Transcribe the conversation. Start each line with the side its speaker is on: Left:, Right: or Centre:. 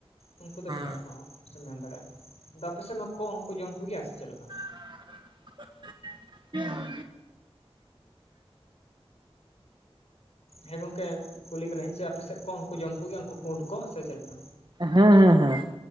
Left: ᱩᱱᱠᱩ ᱫᱚ ᱢᱮᱱᱟᱜ
Right: ᱦᱮᱸ
Left: ᱠᱚᱣᱟ ᱦᱟᱸᱜ ᱥᱮ ᱢᱮᱱ ᱫᱟᱲᱮᱭᱟᱜᱼᱟ, ᱟᱫᱚ ᱟᱯ ᱥᱮᱫ ᱠᱚᱸᱜ ᱦᱚᱸᱠᱚ ᱡᱚᱢ ᱠᱚᱜᱭᱟ ᱥᱮ ᱪᱮᱫ ᱞᱮᱠᱟ?
Right: <unintelligible>
Left: ᱦᱮᱸ ᱜᱚᱝᱠᱮ ᱠᱩᱞᱤ ᱠᱟᱹᱱᱟᱹᱧ ᱥᱮ ᱟᱯᱮᱥᱮᱫ ᱠᱚᱜ ᱦᱚᱸᱠᱚ ᱡᱚᱢ ᱠᱚᱜᱮᱭᱟ ᱩᱱᱠᱩ ᱯᱩᱸᱰ ᱠᱚ ᱥᱮ ᱪᱮᱫ ᱞᱮᱠᱟ?
Right: ᱦᱮᱸ ᱦᱮᱸ ᱦᱮᱸ